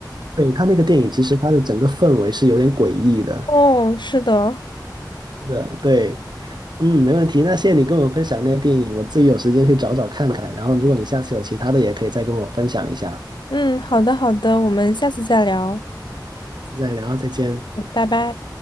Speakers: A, on the right (about 70°); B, on the left (about 80°).
A: 对，他那个电影，其实它的整个氛围是有点诡异的，
B: 哦，是的，
A: 的，对，嗯，没问题。那谢谢你跟我分享那些电影，我自己有时间去找找看看。然后，如果你下次有其他的，也可以再跟我分享一下。
B: 嗯，好的，好的，我们下次再聊，
A: 再聊，再见。
B: 嗯，拜拜。